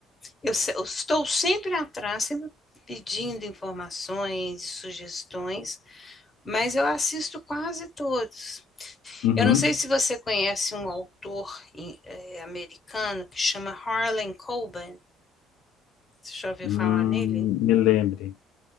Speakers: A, on the left; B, on the left.
A: eu, eu se- eu estou sempre atrás, sempre pedindo informações, sugestões, mas eu assisto quase todos.
B: Uhum.
A: Eu não sei se você conhece um autor em- eh, americano que chama Harlan Coben. Você já ouviu
B: Hum,
A: falar nele?
B: me lembre.